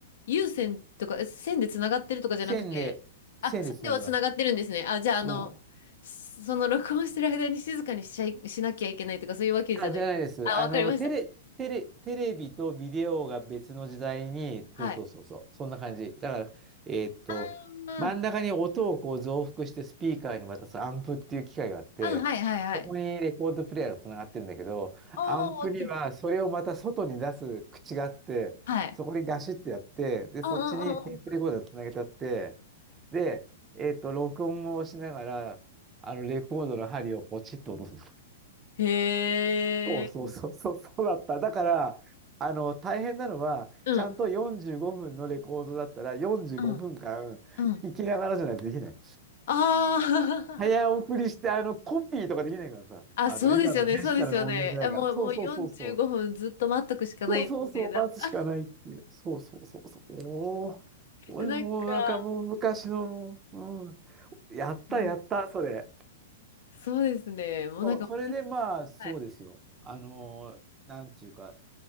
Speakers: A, on the left; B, on the right.
A: 有線とか、え線でつながってるとかじゃなくて、
B: 線で、
A: あ、
B: 線でつなぎます。
A: 線ではつながってるんですね。あ、じゃあ、あの、
B: うん。
A: その録音してる間に静かにしちゃい、しなきゃいけないとか、そういうわけじゃないです。
B: あ、じゃないです。
A: あ、
B: あの、
A: わかりました。
B: テレ、テレ、テレビとビデオが別の時代に、
A: はい。
B: そうそうそうそう、そんな感じ。だから、えーっと、
A: あー、
B: 真ん中に音をこう増幅してスピーカーに渡すアンプっていう機械があって、
A: あ、はいはいはい。
B: そこにレコードプレイヤーがつながってるんだけど、
A: おー、
B: アンプにはそれをまた外に出す口があって、
A: オッケー。はい。
B: そこにガシッてやって、で、
A: うんうんうんう
B: そっちにテープレコーダーつなげちゃって、で、えーっと、録音をしながら、あの、レコードの針をポチッと落とすの。
A: ん。へー。
B: そうそうそうそう、そうだった。だから、あの、大変なのは、
A: うん。
B: ちゃんと45分のレコードだったら、45分間聞きながらじゃないとできない。
A: うん。うんあ
B: 早送りして、あの、コピーとかできないからさ、
A: あ、
B: あの、
A: <laughs> あ、そうですよね、
B: 今のデジタルの音源じゃないから。
A: そうですよね。え、もう、
B: そうそうそうそう。
A: もう45分ずっと待っとくしかないですね。
B: そうそうそう、
A: だって、
B: 待つしかないっていう。
A: <laughs>
B: そうそうそうそう。おー、俺もうなんかもう昔のもう、
A: なんか、
B: うん。やったやった、
A: うん
B: それ。
A: そうですね。もうなんか、
B: そう、それでまあ、
A: 私はい。
B: そうですよ。あのーなんていうか、